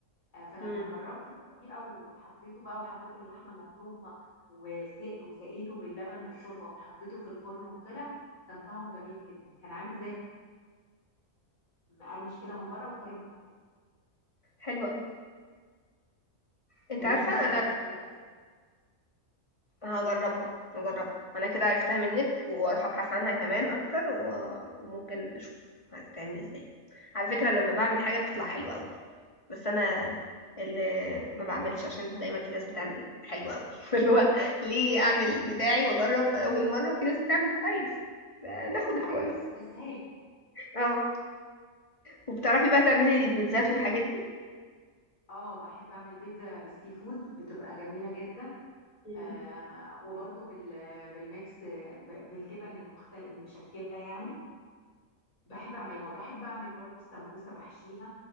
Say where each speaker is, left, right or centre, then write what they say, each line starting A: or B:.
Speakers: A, on the left; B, on the left.
A: آه فلما
B: امم
A: جربت الطريقه وحطيته بقى وحطيت اللحمه المفرومه وسق وسقيته باللبن والشوربه وحطيته في الفرن وطلع كان طعمه جميل جدا كان عامل زي مقرمش كده من بره وطري من جوه
B: حلوه قوي انت
A: إيه، لازم
B: عارفه
A: تجربي
B: انا
A: الطريقه دي
B: هجربها هجربها انا كده عرفتها منك واروح ابحث عنها كمان اكتر و- وممكن اشوف هتتعمل ازاي على فكره أنا لما بعمل حاجه بتطلع حلوه قوي بس انا اللي ما بعملش عشان دايما في ناس بتعمل حلو قوي <laughs> اللي هو ليه اعمل بتاعي واجرب اول مره وفي ناس بتعمل كويس ناخد الكويس
A: ايوه بتستسهلي
B: اه وبتعرفي بقى تعملي البيتزات والحاجات دي
A: اه بحب اعمل بيتزا بالسي فود بتبقى جميله جدا
B: مم.
A: آه وبرضو بال بالميكس آه، ب- بالجبن المختل المشكلة يعني بحب اعملها وبحب اعمل برضو السمبوسة بحشيها